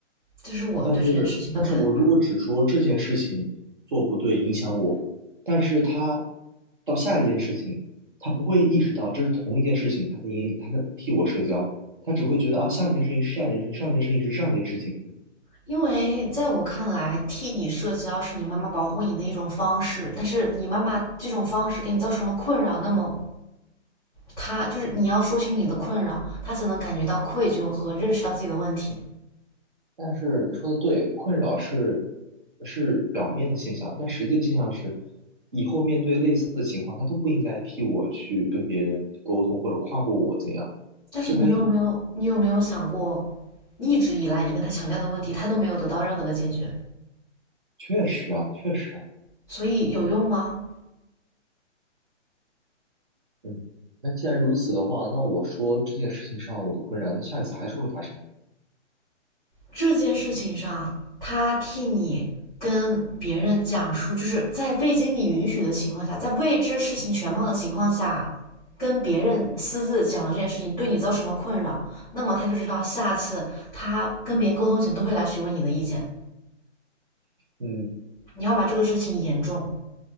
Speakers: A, in the centre; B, on the right.
A: 这是我对这件事情的看法。
B: 但是，但是我如果只说这件事情做不对影响我，但是他到下一件事情，他不会意识到这是同一件事情，他在影他在替我社交，他只会觉得啊下一件事情是下一件事情，上一件事情是上一件事情。
A: 因为在我看来，替你社交是你妈妈保护你的一种方式，但是你妈妈这种方式给你造成了困扰，那么她就是你要说清你的困扰，她才能感觉到愧疚和认识到自己的问题。
B: 但是你说的对，困扰是是表面的现象，但实际的现象是，以后面对类似的情况，他都不应该替我去跟别人沟通或者跨过我怎样，
A: 但是你有没有，
B: 这才是底。
A: 你有没有想过，一直以来你跟她强调的问题，她都没有得到任何的解决，
B: 确实啊，确实啊。
A: 所以有用吗？
B: 嗯，那既然如此的话，那我说这件事情上我的困扰，那下一次还是会发生。
A: 这件事情上，他替你跟别人讲述，就是在未经你允许的情况下，在未知事情全貌的情况下，跟别人私自讲了这件事情，对你造成了困扰，那么他就知道下次他跟别人沟通前都会来询问你的意见。
B: 嗯，
A: 你要把这个事情严重